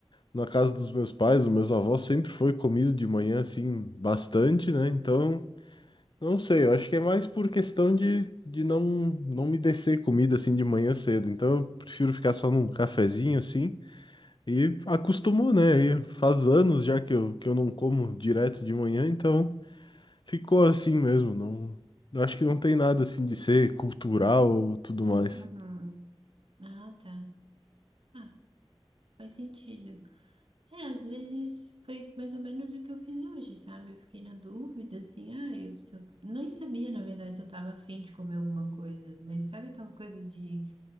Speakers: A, on the left; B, on the right.
A: na casa dos meus pais, dos meus avós, sempre foi comido de manhã, assim, bastante, né? Então, não sei, eu acho que é mais por questão de, de não, não me descer comida, assim, de manhã cedo. Então, eu prefiro ficar só num cafezinho, assim, e acostumou, né? E faz anos já que eu, que eu não como direto de manhã, então ficou assim mesmo. Não, eu acho que não tem nada, assim, de ser cultural ou tudo mais.
B: uhum. ah, tá. Ah, faz sentido. É, às vezes foi mais ou menos o que eu fiz hoje, sabe? Eu fiquei na dúvida, assim, ah, eu, se eu nem sabia, na verdade, se eu tava afim de comer alguma coisa. Mas sabe aquela coisa de